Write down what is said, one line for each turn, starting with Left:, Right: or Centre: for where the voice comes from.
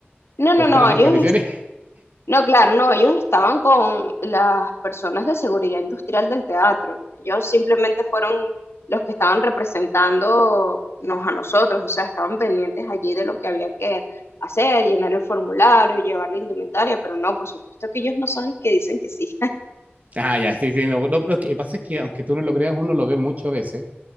Left: No, no,
Right: o estarán
Left: no, ellos
Right: en condiciones? <laughs>
Left: No, claro, no, ellos estaban con las personas de seguridad industrial del teatro. ¿no? Ellos simplemente fueron los que estaban representándonos a nosotros, o sea, estaban pendientes allí de lo que había que hacer, llenar el formulario, llevar la indumentaria, pero no, por supuesto que ellos no son los que dicen que sí.
Right: Ah, ya, sí, sí, no, no, lo que pasa es que aunque tú no lo creas, uno lo ve muchas veces